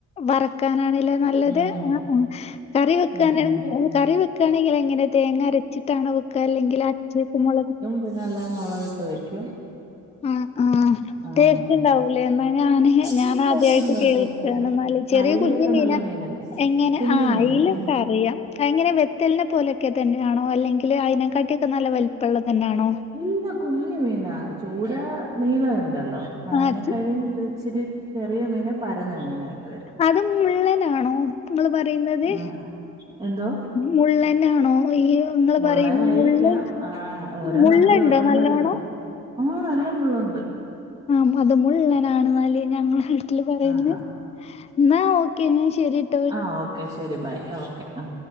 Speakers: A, on the left; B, on the right.
A: വറക്കാനാണ്ല്ലേ നല്ലത്
B: ഉം
A: ആ കറി വെക്കാന
B: ഉം
A: കറി വെക് ക്കാണെങ്കിലങ്ങനെ തേങ്ങ അരച്ചിട്ടാണോ വെക്ക അല്ലങ്കില് അച്ചേക്ക് മുളക് ട്ട്
B: പിനെല്ലാം മുളക് ഇട്ട് വെക്കും.
A: ആഹ് ആഹ്
B: ആഹ്
A: ടേസ്റ്റ് ണ്ടാവൂലേ ന്നാ ഞന് ഞാന്
B: ഉം ടേസ്റ്റ്
A: ആദ്യായിട്ട്
B: ഉണ്ട്
A: കേൾക്കാണ്
B: ടേസ്റ്റ് ഉണ്ട്
A: ഇന്നാ ല് ചെറിയെ
B: അയലയൊക്കെ
A: കുഞ് മീനാ
B: നല്ല മീനല്ലേ
A: എങ്ങനെ
B: കുഞ്ഞു
A: ആ
B: മീനാ
A: അയ്ല
B: കുഞ്
A: ക്കെ അറിയാം. എങ്ങനെ വെത്തലിനെ പോലെയൊക്കെ തന്നെയാണോ അല്ലെങ്കിൽ അയിനെകാട്ടിയോക്കെ നല്ല വലി പ്പള്ളതന്നെയാണോ?
B: ഇല്ല കുഞ്ഞു മീനാ ചൂടാ നീള ണ്ടല്ലോ. ആനെക്കഴിയും
A: ആഹ്
B: ഇച്ചിരി ചെറിയ മീൻ പരന്ന മീനായിട്ട് വരും.
A: അത് മുള്ളനാണോ ഇങ്ങൾ പറയുന്നത്?
B: ആ എന്തോ
A: മുള്ളനാണോ ഈ ഇങ്ങള്
B: മുള്ളനായിരിക്കാം
A: പറയുന്ന മുള്ള്
B: ആ ഓരോ
A: മുള്ളുണ്ടോ
B: നാട്ടിലും ഓരോന്നല്ലേ
A: നല്ലോണം
B: പറ ആ നല്ല മുള്ളൂണ്ട്.
A: ആ അത് മുള്ളനാണ്ന്നാൽ ഞങ്ങളെ നാട്ടിൽ പറയുന്നേ
B: ആഹാ
A: ന്നാ ഓക്കെ ൻ ശരി
B: ആ ഓക്കെ ശരി ബായ് ഓക്കെ ആ